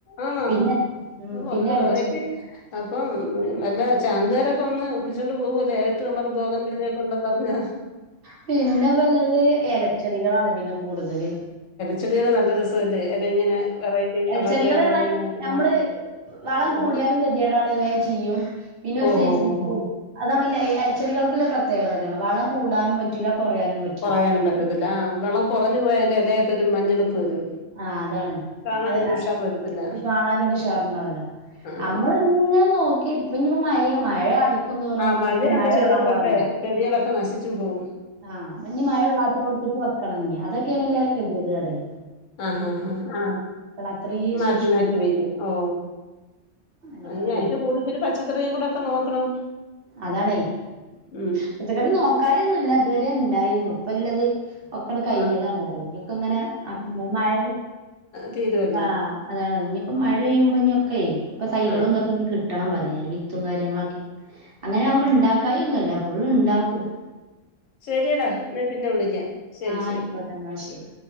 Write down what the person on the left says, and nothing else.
ആതണ്
അഹ്
ഒന്നിട്ട്
വെറൈറ്റി അപ്പം വല്ല ചാനല്കാരൊക്കെ വന്ന് പിടിച്ചോണ്ട് പോകൂല്ലേ ഏഴെട്ട് കള്ളർ ബോഗൻ ബില്ലയൊക്കെ ഉണ്ടന്ന് പറഞ്ഞ
ചെടികളുടെ നല്ല രസമല്ലേ എല ഇങ്ങനെ വെറൈറ്റി കളറിലെ
എലകളിങ്ങനെ നിക്കുന്നെ
കാണാൻ
ആഹ്
ഓഹ്
ഓഹ് ഓഹ് ഓഹ്
കുറയാനും പറ്റത്തില്ല വെള്ളം കുറഞ്ഞ്പോയതിന്റെ ഇലയൊക്കെ ഒരു മഞ്ഞെളുപ്പ് വരും.
കാണാനൊരു
ഉഷാറ് വരത്തില്ല
ആഹ്
ആഹ്
മഴയാകുമ്പോ
ചെടികൾക്കൊക്കെ
ചെടികളൊക്കെ നശിച്ചും പോകും.
ആഹാ ഹാ ആഹ
മാറ്റി
മാറ്റി വെക്കും ഓ.
അ ഇഞ്ഞി
അതിന്റെ കൂടെ ഇിച്ചിരി പച്ചക്കറിയും കൂടെ ഒക്കെ നോക്കണം.
ഉം
ആ
തീരൂ
ആ
ശെരിയെടാ എന്നാ പിന്നെ വിളിക്കാം ശരി
ശരി.